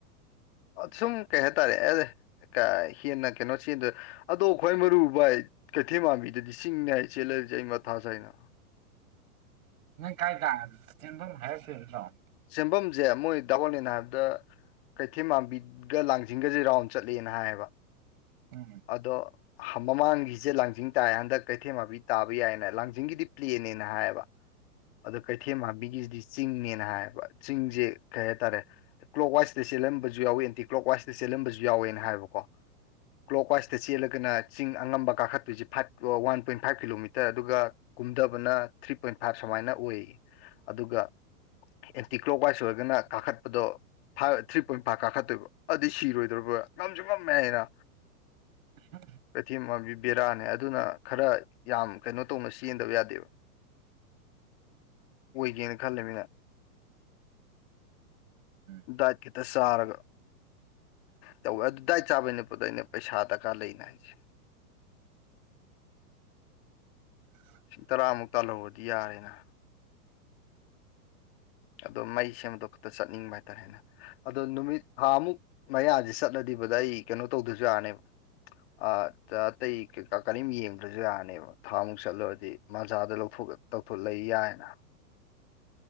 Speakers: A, on the left; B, on the right.
A: ꯁꯨꯝ ꯀꯩ ꯍꯥꯏꯇꯥꯔꯦ ꯑꯦ ꯍꯦꯟꯅ ꯀꯩꯅꯣꯁꯤꯗ ꯑꯗꯣ ꯈ꯭ꯋꯥꯏ ꯃꯔꯨ ꯏ ꯀꯩꯊꯩ ꯃꯥꯟꯕꯤꯗꯗꯤ ꯆꯤꯡ ꯏ ꯆꯦꯜꯂꯔꯤꯁꯦ ꯑꯩ ꯃꯊ ꯁ ꯍꯥꯏꯅ
B: ꯅ ꯀꯥꯏ ꯀ ꯍꯥꯏꯁ ꯇ
A: ꯁꯦꯝꯐꯝꯁꯦ ꯃꯣꯏ ꯗꯥꯕꯣꯟꯅꯤꯅ ꯍꯥꯏꯕꯗ ꯀꯩꯊꯦꯝ ꯃꯝꯕꯤꯒ ꯂꯥꯡꯖꯤꯡꯒꯁꯦ ꯔꯥꯎꯟ ꯆꯠꯂꯦꯅ ꯍꯥꯏꯌꯦꯕ
B: ꯎꯝ
A: ꯑꯗꯣ ꯃꯃꯥꯡꯒꯤꯁꯦ ꯂꯥꯡꯖꯤꯡ ꯇꯥꯏ ꯍꯟꯗꯛ ꯀꯩꯊꯩ ꯃꯥꯕꯤ ꯌꯥꯥꯡꯤꯡꯗꯤ ꯄ꯭ꯂꯦꯅ ꯍꯥꯏꯌꯦꯕ ꯑ ꯀꯩꯊꯕꯤꯒꯤꯁꯤꯗ ꯆꯤꯡꯅꯦꯅ ꯍꯥꯏꯌꯦꯕ ꯆꯤꯡꯁꯦ ꯀꯩ ꯍꯥꯏꯇꯥꯔꯦ ꯀ꯭ꯂꯣꯛ ꯋꯥꯏꯁꯇ ꯆꯦꯜꯂꯝꯕꯁꯨ ꯌꯥꯎꯋꯦ ꯑꯦꯟꯇꯤ ꯀ꯭ꯂꯣꯛ ꯋꯥꯏꯁꯇ ꯆꯦꯜꯂꯝꯕꯁꯨ ꯌꯥꯎꯋꯦꯅ ꯍꯥꯏꯕꯀꯣ ꯀ꯭ꯂꯣꯛ ꯋꯥꯏꯁꯇ ꯆꯦꯜꯂꯒꯅ ꯆꯤꯡ ꯑꯉꯝꯕ ꯀꯥꯈꯠꯇꯣꯏꯁꯤꯦ five one point five kilometre ꯑꯗꯨꯒ ꯀꯨꯝꯗꯕꯅ ꯊ꯭ꯔꯤ ꯄꯣꯏꯟ ꯐꯥꯏꯚ ꯁꯨꯃꯥꯏꯅ ꯑꯣꯏ ꯑꯗꯨꯒ ꯑꯦꯟꯇꯤꯀ꯭ꯂꯣꯛ ꯋꯥꯏꯁ ꯑꯣꯏꯔꯒꯅ ꯀꯥꯈꯠꯄꯗꯣ ꯐꯥꯏꯚ ꯊ꯭ꯔꯤ ꯄꯣꯏꯟ ꯐꯥꯏꯚ ꯀꯥꯈꯠꯇꯣꯏꯕ ꯑꯗꯨꯗꯤ ꯁꯤꯔꯣꯏꯗ꯭ꯔꯕ ꯉꯝꯁꯨ ꯉꯝꯃꯦ ꯍꯥꯏꯅ
B: <inaudible>
A: ꯀꯩꯊ‌ꯦꯟ ꯃꯕꯤ ꯕꯦꯔꯥꯅꯦ ꯑꯗꯨꯅ ꯈꯔ ꯌꯥꯝ ꯀꯩꯅꯣ ꯇꯧꯅ ꯆꯦꯟꯗꯕ ꯌꯥꯗꯦꯕ ꯑꯣꯏꯒꯦꯅ ꯈꯜꯂꯤꯃꯤꯅ
B: ꯎꯝ
A: ꯗꯏꯠ ꯗ ꯆꯥꯔꯒ ꯇꯧꯋꯦ ꯑꯗꯨ ꯗꯥꯏꯠ ꯆꯥꯕꯩ ꯅ‌ꯦꯄꯣꯗꯥ ꯑꯩꯅ ꯄꯩꯁꯥ ꯗꯔꯀꯥꯔ ꯂꯩꯅ ꯍꯥꯏꯁꯦ
B: <inaudible>
A: ꯂꯤꯁꯤꯡ ꯇꯔꯥꯃꯨꯛ ꯇꯥꯜꯍꯧꯔꯗꯤ ꯌꯥꯔꯦꯅ ꯑꯗꯣ ꯃꯩ ꯁꯦꯝꯕꯗꯣ ꯈꯛꯇ ꯆꯠꯅꯤꯡꯕ ꯍꯥꯏꯇꯥꯔꯦꯅ ꯑꯗꯣ ꯅꯨꯃꯤꯠ ꯊꯥꯃꯨꯛ ꯃꯌꯥꯖꯤ ꯆꯠꯂꯗꯤ ꯕꯔꯗ ꯑꯩ ꯀꯩꯅꯣ ꯇꯧꯗꯖꯨ ꯌꯥꯅꯦꯕ ꯑ ꯑꯇꯩ ꯀꯩ ꯀꯥ ꯀꯔꯤꯝ ꯌꯦꯡꯗ꯭ꯔꯁꯨ ꯌꯥꯔꯅꯦꯕ ꯊꯥꯃꯨꯛ ꯆꯠꯂꯨꯔꯗꯤ ꯃꯖꯥꯗ ꯂꯧꯊ‌ꯣꯛ ꯇꯧꯊꯣꯛ ꯂꯩ ꯌꯥꯏꯌ‌ꯦꯅ